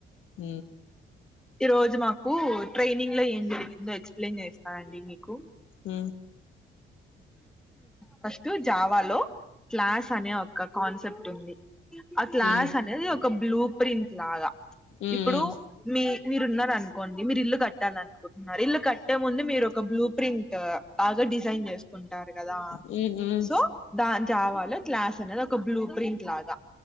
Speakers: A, on the left; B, in the centre.
A: హ
B: ఈ రోజు మాకు ట్రైనింగ్ లో ఏం జరిగిందో ఎక్స్ప్లెయిన్ చేస్తానండి మీకు
A: ఆ
B: ఫస్ట్ జావాలో క్లాస్ అనే ఒక కాన్సెప్ట్ ఉంది ఆ క్లాస్
A: మ్మ్
B: అనేది ఒక బ్లూ ప్రింట్ లాగా
A: మ్మ్
B: ఇప్పుడు మీ మీరు ఉన్నారనుకోండి మీరు ఇల్లు కట్టాల అనుకుంటున్నారు ఇల్లు కట్టే ముందు మీరు ఒక బ్లూ ప్రింట్ అది బాగా డిజైన్ చేసుకుంటారు కదా
A: మ్మ్ మ్మ్ మ్మ్ మ్మ్
B: సో దాన్ జవాాల క్లాస్ అనేది ఒక బ్లూ ప్రింట్ లాగా